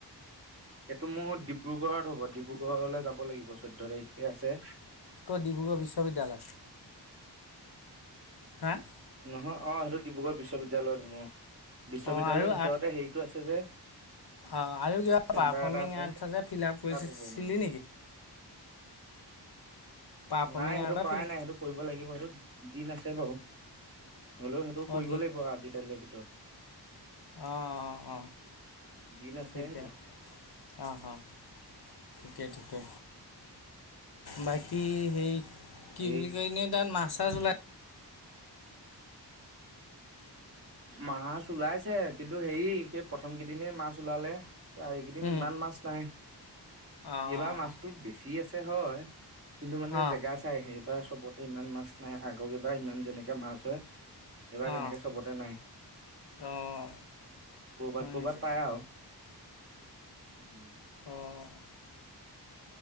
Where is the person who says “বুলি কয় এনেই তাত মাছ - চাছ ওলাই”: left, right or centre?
Left